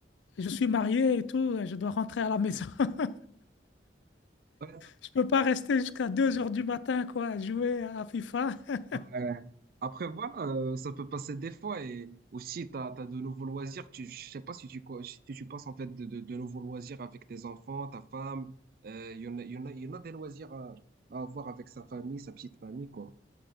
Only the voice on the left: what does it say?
je suis marié et tout, et je dois rentrer à la maison. <laughs>
Je ne peux pas rester jusqu'à 2 heures du matin, quoi, jouer à FIFA. <laughs>